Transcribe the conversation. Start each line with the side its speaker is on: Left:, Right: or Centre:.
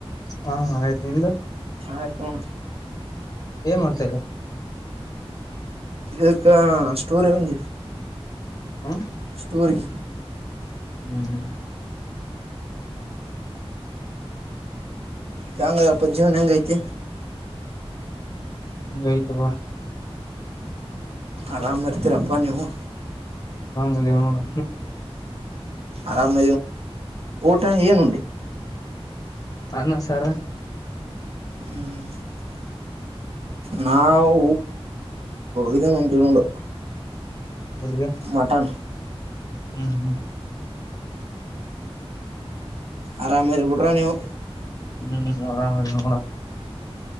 Left: ಹಾ ಆಯ್ತು ನಿಮ್ದು
Right: ಆಯ್ತು ನಾ
Left: ಏನ್ ಮಾಡ್ತೇವೆ
Right: ಇಕ್ಕ ಸ್ಟೋರ್ ಇವೆಜ
Left: ಹ್ಮ್
Right: ಸ್ಟೋರ್ಗೆ
Left: ಹ್ಮ್
Right: ಹೆಂಗ ಅದ್ರಪ್ಪ ಜೀವನ ಹೆಂಗೈತಿ
Left: ಇಂಗೈತಪ
Right: ಆರಾಮ್ ಇರ್ತೀರಪ್ಪಾ ನೀವು
Left: ಹದೇ ನೀನು
Right: ಆರಾಮ ಊಟ ಏನುಂಟಡಿ
Left: ಅನ್ನ ಸಾರ್
Right: ಹ್ಮ್ ನಾಾವ ಇದೇನ್ ಉಂಟವಿ ನೋಡು
Left: ಎಲ್ಲಿಗೆ
Right: ಮಟನ್
Left: ಹ್ಮ್ ಹ್ಮ್
Right: ಆರಾಮದಿರ್ಬಿಟ್ರ ನೀವು
Left: ಹ್ಮ್ ಅರಾಮ ನೋಡೆ